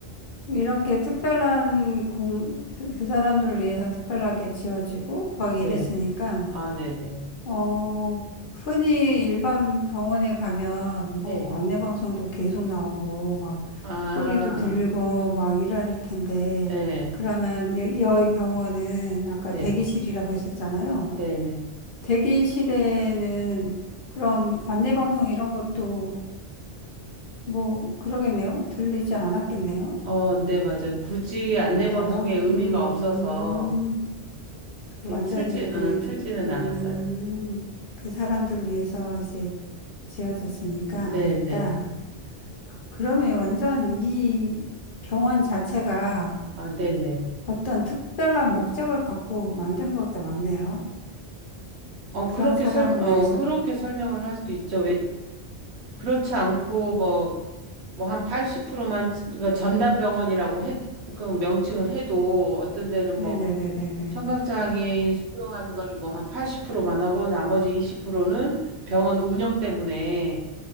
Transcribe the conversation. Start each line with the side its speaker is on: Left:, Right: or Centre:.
Left: 이렇게 특별한 공, 그 사람들을 위해서 특별하게 지어지고 막
Right: 네.
Left: 이랬으니까
Right: 아, 네네.
Left: 어, 흔히 일반 병원에 가면 뭐
Right: 네.
Left: 안내방송도 계속 나오고 막
Right: 아,
Left: 소리도 들리고 막 이럴 텐데
Right: 네.
Left: 그러면 여- 여의 병원은 아까
Right: 네.
Left: 대기실이라고 했었잖아요.
Right: 네네.
Left: 대기실에는 그럼 안내방송 이런 것도 뭐 그러겠네요. 들리지 않았겠네요.
Right: 어, 네, 맞아요. 굳이 안내
Left: 맞아요.
Right: 방송에 의미가
Left: 음.
Right: 없어서
Left: 그
Right: 이렇게
Left: 완전히
Right: 틀진,
Left: 그,
Right: 어, 틀지는
Left: 음,
Right: 않았어요.
Left: 그 사람들을 위해서 이제 지어졌으니까
Right: 네네.
Left: 안 했다. 그러면 완전 이 병원 자체가
Right: 아, 네네.
Left: 어떤 특별한 목적을 갖고 만든 것 같네요.
Right: 어,
Left: 그런
Right: 그렇게
Left: 사람을
Right: 설, 어,
Left: 위해서.
Right: 그렇게 설명을 할 수도 있죠. 왜, 그렇지 않고, 뭐, 뭐, 한 80%만, 그러니까 전담병원이라고 해, 그 명칭을 해도, 어떤 데는 뭐,
Left: 네네네네네.
Right: 청각장애인 수용하는 거를 뭐, 한 80%만 하고, 나머지 20%는 병원 운영 때문에,